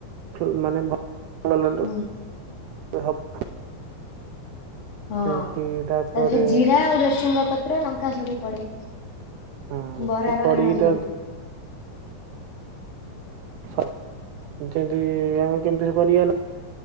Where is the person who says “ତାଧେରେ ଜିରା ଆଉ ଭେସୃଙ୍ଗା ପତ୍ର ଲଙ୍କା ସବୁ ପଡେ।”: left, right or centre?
Left